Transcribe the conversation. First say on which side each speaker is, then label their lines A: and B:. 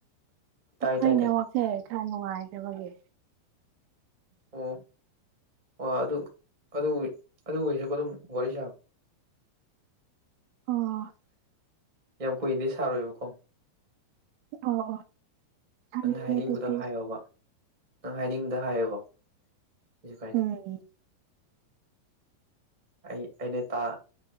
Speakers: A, on the right; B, on the right.
A: ꯇꯥꯏ
B: ꯑꯩꯈꯣꯏꯅꯦꯃꯛꯁꯦ
A: ꯇꯥꯏ ꯇꯥꯏ
B: ꯈꯔ ꯅꯨꯡꯉꯥꯏꯖꯕꯒꯤ
A: ꯑꯣ ꯑꯣ ꯑꯗꯨ ꯑꯗꯨ ꯑꯣꯏꯔꯁꯨ ꯑꯗꯨꯝ ꯋꯥꯔꯤ ꯁꯥꯕ <unintelligible>
B: ꯑꯣ
A: ꯌꯥꯝ ꯀꯨꯏꯗꯤꯩ ꯁꯥꯔꯣꯏꯕꯀꯣ
B: ꯑꯣ ꯈꯪꯉꯦ
A: ꯅꯪ ꯍꯥꯏꯅꯤꯡꯕꯗ
B: ꯑꯗꯨꯗꯤ
A: ꯍꯥꯏꯌꯣꯕ ꯅꯪ ꯍꯥꯏꯅꯤꯡꯕꯗ ꯍꯥꯏꯌꯣꯕ ꯍꯧꯁꯨ ꯀꯥꯏꯇ
B: ꯎꯝ
A: ꯑꯩ ꯑꯩꯅ ꯇꯥ